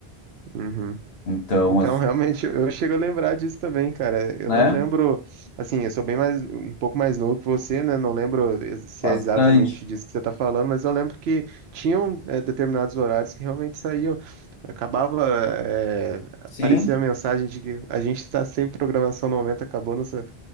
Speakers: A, on the right; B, on the left.
A: Uhum.
B: Então,
A: Então,
B: é,
A: realmente, eu eu chego a lembrar disso também, cara. Eu
B: né?
A: não lembro, assim, eu sou bem mais, um pouco mais novo que você, né? Não lembro ex- se
B: Bastante.
A: é exatamente disso que você tá falando, mas eu lembro que tinham, eh, determinados horários que realmente saíam. Acabava, eh, aparecia
B: Sim,
A: a mensagem de que a gente está sem programação no momento, acabou nossa,